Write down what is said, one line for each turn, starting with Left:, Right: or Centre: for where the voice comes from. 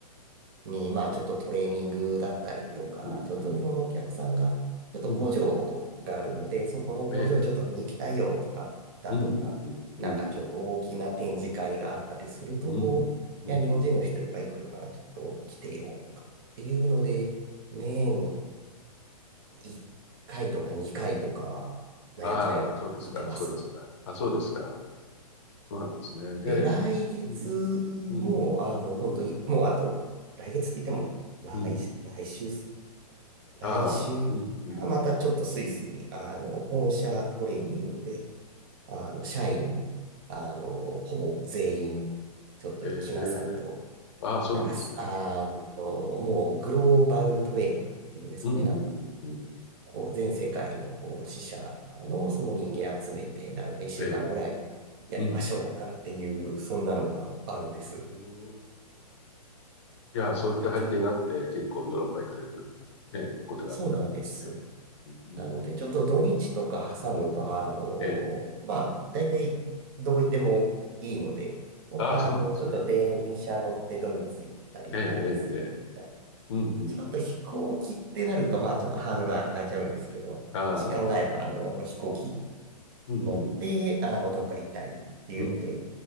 Right: に、まあちょっとトレーニングだったりとか、
Left: うん、うん、
Right: ちょっと日本のお客さんが、
Left: うん、
Right: ちょっと工場があるので、
Left: うん
Right: そこの工場をちょっと見に行きたいよとか、
Left: ええ、
Right: だとか、
Left: うん、うん、うん、
Right: なんかちょっと大きな展示会があったりすると、
Left: うん、うん、
Right: こう、
Left: うん、
Right: いや、日本人の人いっぱい来るからちょっと来てよとかっていうので、
Left: うん。
Right: 年1回とか2回とかは、なんやかんやで行ってます。
Left: ああ、そうですか、そうですか。あ、そうですか。そうなんですね。で、
Right: で、来月も、
Left: うん、うん、
Right: あの、
Left: うん、
Right: 本当に、もうあと、来月って言っても、来、
Left: うん。
Right: 来週来週からまたちょっとスイスに、
Left: ああ、うん、うん。うん
Right: あの、本社トレーニングで、あの、社員、あの、ほぼ全員、ちょっと行きなさいと。
Left: ええ、ああ、そうなんですね。
Right: なんかす、あの、もうグローバルトレーニングっていうんですかね。
Left: うん、うん、
Right: なんか、
Left: うん、うん。
Right: こう、全世界の、こう、支社のその人間集めて、なんか一週間ぐらいやりましょう、
Left: ええ、うん。
Right: なんていう、そんなのがあるんです。
Left: うーんじゃあ、
Right: なので、
Left: そういった背景があって、
Right: ちょっと、
Left: 結構ヨーロッパ行かれてる、ね、ことがあるってことなんですね。
Right: そうなんです。
Left: うーん、
Right: なので、ちょっと土日とか挟むと、あの、
Left: ええ、
Right: まあ、大体どこ行ってもいいので、本当はあの、
Left: ああ、そうなんですね。
Right: ちょっと電車乗ってドイツ行ったり、
Left: うん、うん。ええ、
Right: フランス行ったり、
Left: ええ、ええ、うん、うん、
Right: ちょっと飛行機ってなると、
Left: うん。
Right: まあ、ちょっとハードル上がっちゃうんですけど、
Left: うん、ああ、
Right: 時間があれば、あの、飛行機
Left: うん、
Right: 乗って、
Left: うん、
Right: あの、どっか行ったりっていうので、
Left: うん、うん。